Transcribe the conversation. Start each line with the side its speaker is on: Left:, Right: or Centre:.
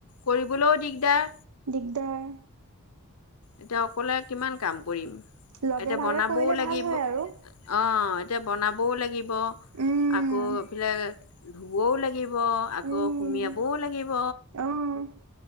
Left: কৰিবলৈও দিগদাৰ।
Right: দিগদাৰ।
Left: এতিয়া অকলে কিমান কাম কৰিম?
Right: লগে
Left: এতিয়া
Right: ভাগে
Left: বনাবও
Right: কৰিলে
Left: লাগিব।
Right: ভাল হয়
Left: অঁ,
Right: আৰু
Left: এতিয়া বনাবও লাগিব
Right: উম
Left: আকৌ এইফালে ধুবও লাগিব আকৌ
Right: উম,
Left: সুমিয়াবও লাগিব।
Right: অ',